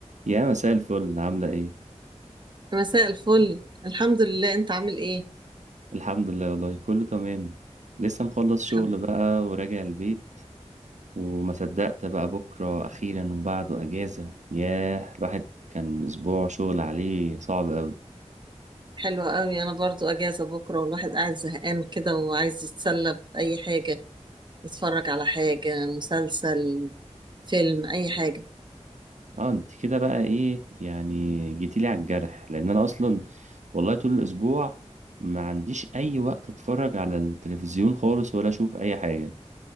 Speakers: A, on the right; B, on the right.
A: يا مساء الفل عاملة ايه؟
B: مساء الفل الحمد لله انت عامل ايه
A: الحمد لله والله كله تمام لسه مخلص شغل
B: الحمد
A: بقى
B: لله.
A: وراجع البيت وما صدقت بقى بكرة أخيرا وبعده أجازة ياه الواحد كان أسبوع شغل عليه صعب أوي
B: حلوة قوي انا برضو اجازة بكرة والواحد قاعد زهقان كده وعايز يتسلى بأي حاجة يتفرج على حاجة مسلسل فيلم اي حاجة
A: اه انت كده بقى ايه يعني جيتيلي على الجرح لأن أنا أصلا والله طول الأسبوع ما عنديش أي وقت أتفرج على التلفزيون خالص ولا أشوف أي حاجة